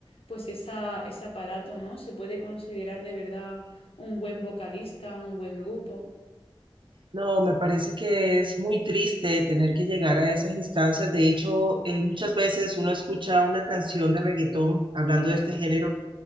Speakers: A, on the left; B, on the right.
A: pues esa, ese aparato, ¿no? Se puede considerar de verdad un buen vocalista, un buen grupo.
B: No, me parece que es muy triste tener que llegar a esas instancias. De hecho, eh, muchas veces uno escucha una canción de reggaetón hablando de este género